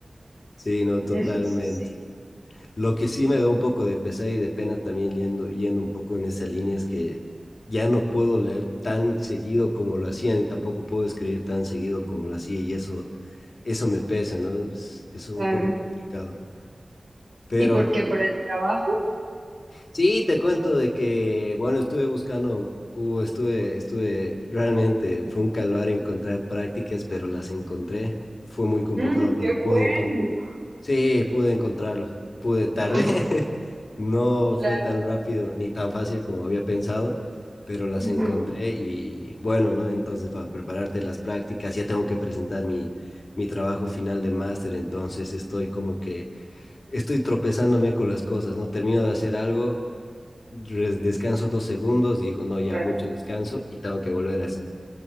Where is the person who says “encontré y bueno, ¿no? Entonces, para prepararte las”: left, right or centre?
Left